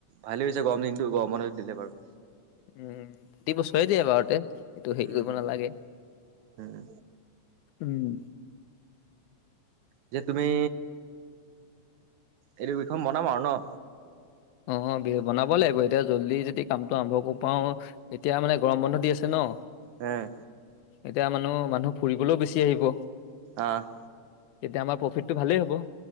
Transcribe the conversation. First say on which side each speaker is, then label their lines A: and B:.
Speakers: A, on the right; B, on the left.
A: ভালে হৈছে গৰম দিনটো গৰমনত দিলে বাৰু।
B: উম, প্ৰতি বছৰে দিয়ে বাৰুতে, এইটো হেৰি
A: উম
B: কৰিব
A: উম
B: নালাগে।
A: উম
B: উম।
A: যে তুমি এইটো উষ বনাম আৰু ন?
B: অ', দে বনাব লাগিব এতিয়া জল্দি যদি কামটো আৰম্ভ কৰিব পাওঁ, এতিয়া মানে গৰম বন্ধ দি আছে ন?
A: হম।
B: এতিয়া মানুহ-মানুহ ফুৰিবলৈও বেছি আহিব।
A: অ'।
B: এতিয়া আমাৰ প্ৰফিটটো ভালেই হ'ব।